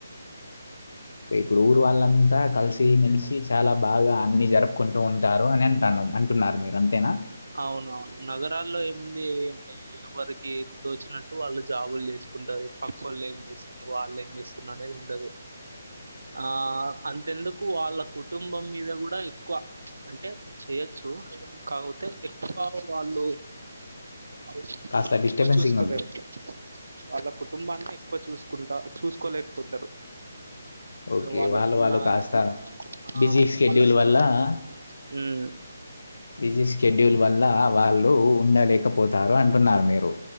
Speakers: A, on the left; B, on the right.
A: ఇప్పుడు ఊర్ వాళ్ంతా కలిసి మెలిసి చాలా బాగా అన్ని జరుపుకుంటూ ఉంటారు. అని అంటాను అంటున్నారు. మీరు అంతేనా.
B: అవునవును నగరాల్లో ఏముంది. అంటే ఎవరికి తోచినట్టు వాళ్ళు జాబులు చేసుకుంటారు. పక్కోళ్ళు ఏం చేస్తుంది వాళ్ళు ఏం చేస్తుంది అనేది ఉండదు.
A: అ
B: ఆ అంతెందుకు వాళ్ళక్ కుటుంబం మీద కూడా ఎక్కువ అంటే చెయొచ్చు కాకపో అయితె ఎక్కువ వాళ్ళు వాళ్ళన్ని
A: కాస్త డిస్టర్బెన్సింగుంది.
B: ఎక్కువ చూసుకోలేరు వాళ్ళ కుటుంబాన్ని ఎక్కువ చూసుకుంటా చూసుకోలేకపోతారు
A: ఓకే.
B: వాళ్ళకున్న
A: వాళ్ళు వాళ్ళు
B: ఆ
A: కాస్త బిజీ షెడ్యూల్
B: వాళ్ళకున్న
A: వల్ల
B: హ్మ్మ్
A: బిజీ షెడ్యూల్ వల్ల వాళ్ళు ఉండలేకపోతారు అంటున్నారు మీరు